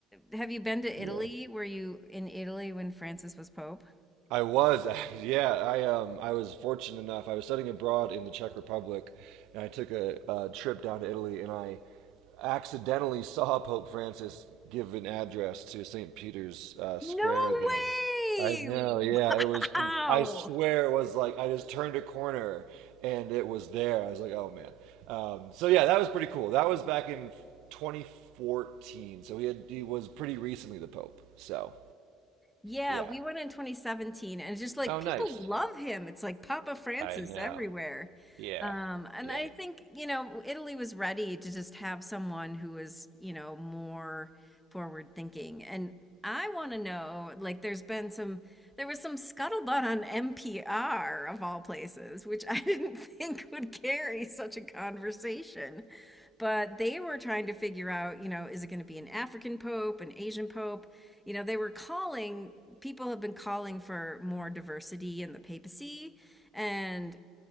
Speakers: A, in the centre; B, on the right.
A: have you been to Italy?
B: Yeah.
A: Were you in Italy when Francis was Pope?
B: I was, <laughs> yeah. I um, I was fortunate enough. I was studying abroad in the Czech Republic, and I took a, a trip down to Italy, and I accidentally saw Pope Francis give an address to St. Peter's uh,
A: No
B: Square
A: Yeah.
B: then. I know,
A: way!
B: yeah. It was, com-
A: Wow.
B: I swear it was like I just turned a corner and it was there. I was like, oh man. Um, so yeah, that was pretty cool. That was back in 2014. So he had, he was pretty recently the Pope. So
A: Yeah,
B: yeah.
A: we went in 2017 and it's just like
B: Oh,
A: people
B: nice.
A: love him. It's like Papa Francis
B: I know.
A: everywhere.
B: Yeah.
A: Um, and
B: Yeah.
A: I think, you know, Italy was ready to just have someone who was, you know, more forward thinking. And I want to know, like, there's been some, there was some scuttlebutt on NPR of all places, which I didn't <laughs> think would carry such a conversation. but they were trying to figure out, you know, is it going to be an African pope, an Asian pope? You know, they were calling, people have been calling for more diversity in the papacy. And